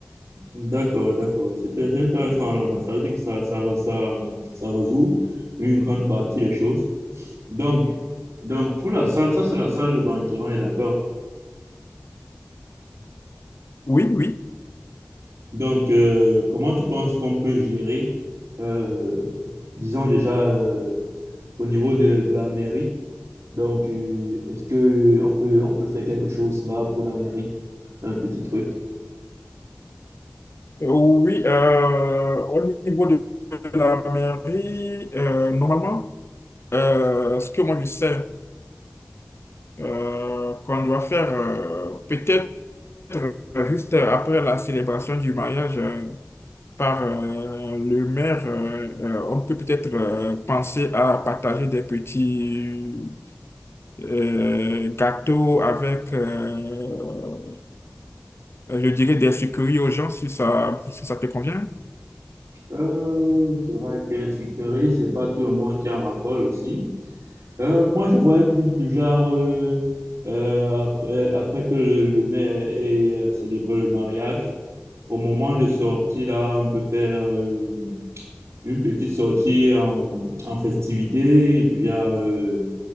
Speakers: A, on the right (about 65°); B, on the left (about 55°).
A: D'accord, d'accord. C'est c'est intéressant. Alors, donc, ça veut dire que ça, ça, ça, ça résout une grande partie des choses. Donc, Donc, pour la salle, ça, c'est la salle de banquet, on est d'accord.
B: Oui, oui.
A: Donc, euh, comment tu penses qu'on peut gérer, euh, disons déjà, euh, au niveau de, de la mairie? Donc, euh, est-ce que on peut, on peut faire quelque chose là pour la mairie? Un petit truc.
B: Euh, Oui, euh, au niveau de la mairie, euh, normalement, euh, ce que moi je sais, euh, qu'on doit faire euh, peut-être euh, juste après la célébration du mariage euh, par euh, le maire. euh, euh, on peut peut-être euh, penser à partager des petits euh, gâteaux avec euh, euh, je dirais des sucreries aux gens si ça, si ça te convient.
A: Euh, c'est vrai que sécurité, c'est pas tout le monde qui en raffole aussi. Euh, moi, je voyais plus du genre, euh, euh, après, après que le, le maire ait euh, célébré le mariage, au moment de sortie là, on peut faire euh, une petite sortie en, en festivité, du genre euh,